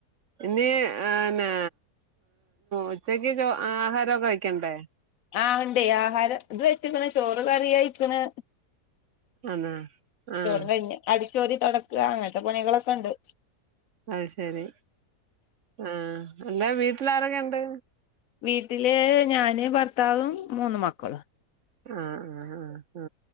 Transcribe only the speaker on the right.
ഇനി ന്നെ ഉച്ചക്കക്ക് ആഹാരോക്കെ വെക്കണ്ടേ?
ആന്നോ ആഹ്
അത് ശരി. ആ അല്ലേ വീട്ടിൽ ആരൊക്കെണ്ട്?
ആ, ആ, ആ ആ,